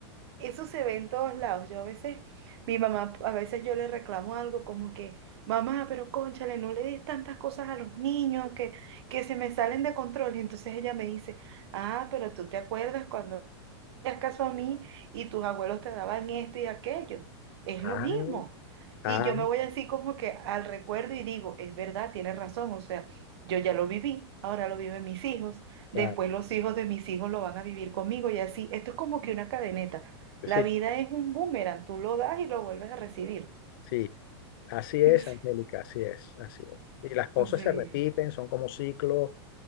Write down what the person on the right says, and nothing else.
eso se ve en todos lados. Yo a veces, mi mamá, a veces yo le reclamo algo como que, mamá, pero cónchale, no le des tantas cosas a los niños que, que se me salen de control. Y entonces ella me dice, ah, pero tú te acuerdas cuando hacías caso a mí y tus abuelos te daban esto y aquello. Es
lo mismo.
Y yo me voy así como que al recuerdo y digo, es verdad, tienes razón, o sea, yo ya lo viví, ahora lo viven mis hijos, después
los hijos de mis hijos lo van a vivir conmigo y así. Esto es como que una cadeneta.
La vida es un boomerang, tú lo das y lo vuelves a recibir.
<laughs>
Sí,